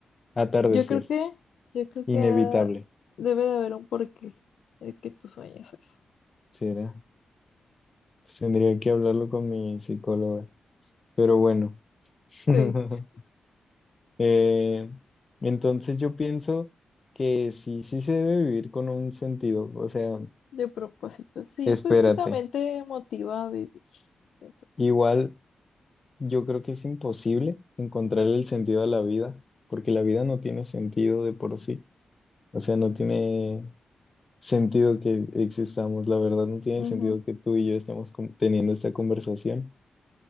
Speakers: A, on the left; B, on the left.
A: Atardecer,
B: yo creo que, yo creo
A: inevitable,
B: que ah, debe de haber un porqué el que tú sueñes eso.
A: será. Pues tendría que hablarlo con mi psicóloga, pero bueno.
B: Sí.
A: <laughs> Eh, entonces yo pienso que sí, sí se debe vivir con un sentido, o sea,
B: De propósito, sí,
A: espérate.
B: pues que también te motiva a vivir, cierto
A: Igual yo creo que es imposible encontrar el sentido a la vida, porque la vida no tiene sentido de por sí, o sea, no tiene sentido que existamos, la verdad no tiene sentido
B: Ujú.
A: que tú y yo estemos con- teniendo esta conversación.